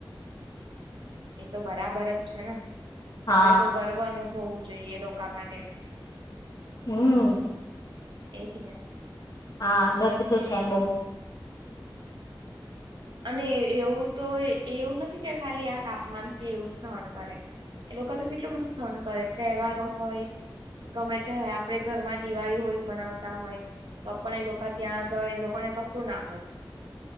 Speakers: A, on the right (about 75°); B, on the left (about 50°).
A: એ તો બરાબર જ છે. ને આપડે
B: હા
A: તો ગર્વ અનુભવ હોવું જોઈએ. એ લોકા માટે.
B: હમ્મ.
A: એજને.
B: હા ગર્વ તો છે. બહું
A: અને એવું તો એવું નથી કે ખાલી આ તાપમાન કે એવું સહન કરે એ લોકો તો કેટલું બધું સહણ કરે તહેવારો હોય ગમે તે હોય છે. આપડે ઘરમાં દિવાળી હોય મનાવતા હોય. તો પણ એ લોકો ત્યાં આગળ એ લોકોને કશું ના હોય.